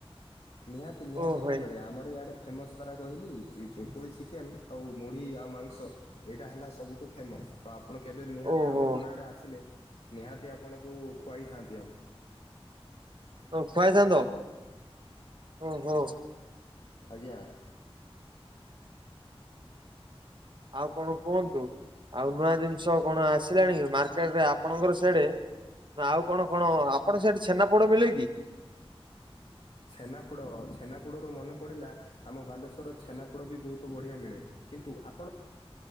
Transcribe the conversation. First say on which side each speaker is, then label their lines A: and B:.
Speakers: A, on the left (about 70°); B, on the right (about 50°).
A: ନିହାତି ନିହାତି
B: ଓହୋ
A: ଭାବରେ ଆମର ଇଆଡେ ଫେମସ୍ ପାରା କହିଲି ଚକୁଳି ଚିକେନ୍ ଆଉ ମୁଢ଼ି ଆଉ ମାଂସ ଏଇଟା ହେଲା ସବୁଠୁ ଫେମସ୍। ତ ଆପଣ କେବେ ନିହାତି
B: ଓହୋ
A: ଆମ ଘର ଆଡ଼େ ଆସିଲେ ନିହାତି ଆପଣଙ୍କୁ ଖୁଆଇଥାନ୍ତି ଆମ
B: ଓ ଖୁଆଇଥାନ୍ତ ଓହୋ।
A: ଆଜ୍ଞା।
B: ଆଉ କଣ କୁହନ୍ତୁ ଆଉ ନୂଆ ଜିନିଷ କଣ ଆସିଲାଣି ମାର୍କେଟରେ ଆପଣଙ୍କର ସେଇଡ ନା ଆଉ କଣ କଣ ଆପଣଙ୍କ ସେଆଡ଼େ ଛେନାପୋଡ ମିଳେ କି?
A: ଛେନାପୋଡ଼ ଛେନାପୋଡ଼ରୁ ମନେ ପଡ଼ିଲା ଆମ ବାଲେଶ୍ୱରର ଛେନାପୋଡ଼ ବି ବହୁତ ବଢ଼ିଆ ମିଳେ କିନ୍ତୁ ଆପଣ